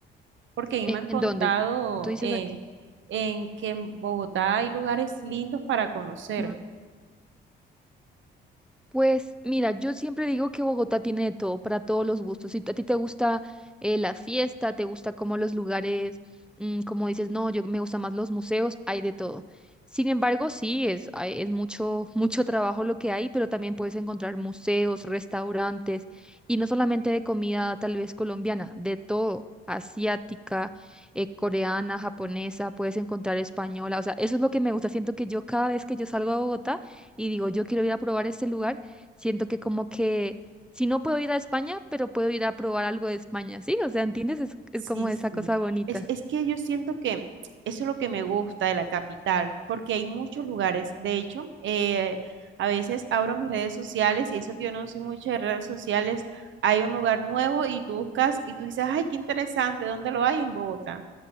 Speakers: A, on the right (about 70°); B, in the centre.
A: Porque a mí
B: ¿En,
A: me han contado
B: en dónde? Tú dices
A: eh,
B: aquí.
A: en que en Bogotá hay lugares lindos para conocer.
B: Ah. Pues mira, yo siempre digo que Bogotá tiene de todo para todos los gustos. Si a ti te gusta eh, la fiesta, te gusta como los lugares, mm, como dices, no, yo me gustan más los museos, hay de todo. Sin embargo, sí, es, hay- es mucho, <laughs> mucho trabajo lo que hay, pero también puedes encontrar museos, restaurantes, y no solamente de comida tal vez colombiana, de todo, asiática, eh, coreana, japonesa, puedes encontrar española. O sea, eso es lo que me gusta. Siento que yo cada vez que yo salgo a Bogotá, y digo, yo quiero ir a probar este lugar. Siento que como que si no puedo ir a España, pero puedo ir a probar algo de España, ¿sí? O sea, ¿entiendes? Es,
A: Sí,
B: es como
A: sí.
B: esa cosa bonita.
A: Es, es que yo siento que eso es lo que me gusta de la capital, porque hay muchos lugares. De hecho, eh, a veces abro mis redes sociales y eso que yo no soy mucho de redes sociales, hay un lugar nuevo y tú buscas y tú dices, ay, qué interesante, ¿dónde lo hay? En Bogotá